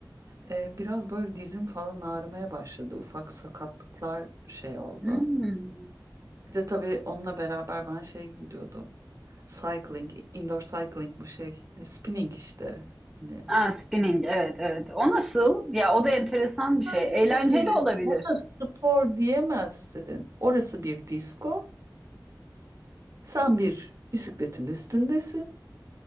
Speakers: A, on the right; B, in the centre.
A: e, biraz böyle dizim falan ağrımaya başladı. Ufak sakatlıklar şey oldu.
B: Hmm.
A: Bir de tabii onunla beraber ben şeye gidiyordum. Cycling, indoor cycling bu şey, ne, spinning işte. Hani
B: Aa, spinning evet evet. O nasıl? Ya o da enteresan bir şey.
A: Pencereleri.
B: Eğlenceli olabilir.
A: Ona spor diyemezsin. Orası bir disko. Sen bir bisikletin üstündesin.